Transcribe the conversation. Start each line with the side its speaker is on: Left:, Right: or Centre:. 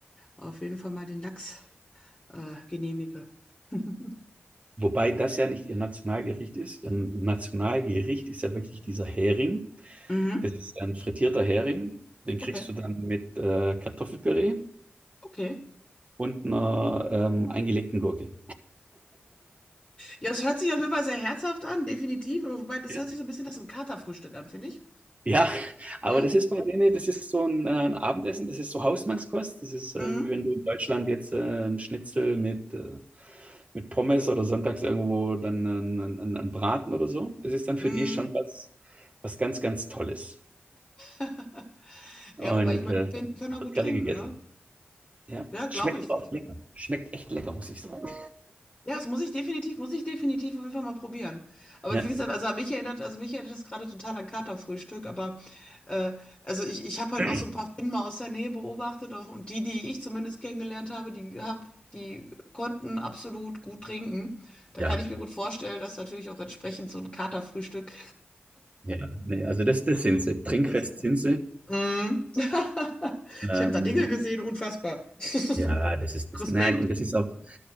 Left: auf jeden Fall mal den Lachs äh, genehmige. <laughs>
Right: Wobei das ja nicht ihr Nationalgericht ist. Ihr Nationalgericht ist ja wirklich dieser Hering.
Left: Mhm.
Right: Das ist ein frittierter Hering. Den kriegst
Left: Okay,
Right: du dann mit äh, Kartoffelpüree
Left: okay.
Right: und einer ähm, eingelegten Gurke.
Left: Ja, es hört sich auf jeden Fall sehr herzhaft an, definitiv. Aber wobei, das
Right: Ja.
Left: hört sich so ein bisschen nach so einem Katerfrühstück an, finde ich.
Right: Ja,
Left: Ne?
Right: aber das ist bei denen, das ist so ein, äh, ein Abendessen, das ist so Hausmannskost. Das ist, äh,
Left: Mhm.
Right: wie wenn du in Deutschland jetzt äh, ein Schnitzel mit, äh, mit Pommes oder sonntags irgendwo dann einen, einen, Braten oder so. Das ist dann für
Left: Mhm.
Right: die schon was, was ganz, ganz Tolles.
Left: <laughs>
Right: Und
Left: Ja, wobei ich meine,
Right: äh,
Left: die können auch
Right: wird
Left: gut
Right: gerne
Left: trinken,
Right: gegessen.
Left: ne?
Right: Ja.
Left: Ja, glaube
Right: Schmeckt
Left: ich.
Right: aber auch lecker. Schmeckt echt lecker, muss ich sagen.
Left: Ja, das muss ich definitiv, muss ich definitiv auf jeden Fall mal probieren. Aber
Right: Ja,
Left: wie gesagt, also mich erinnert, also mich erinnert das gerade total an Katerfrühstück, aber äh, also ich, ich habe halt
Right: <clears throat>
Left: auch so ein paar Finnen mal aus der Nähe beobachtet auch, und die, die ich zumindest kennengelernt habe, die hab, die konnten absolut gut trinken. Da
Right: ja,
Left: kann ich mir gut vorstellen, dass natürlich auch entsprechend so ein Katerfrühstück
Right: ja. Nee, also das, das sind sie. Trinkfest
Left: gesehen.
Right: sind sie.
Left: Mm. <laughs>
Right: Ähm,
Left: Ich habe da Dinge gesehen, unfassbar.
Right: ja,
Left: <laughs>
Right: das ist das.
Left: Respekt,
Right: Nein, und das ist auch.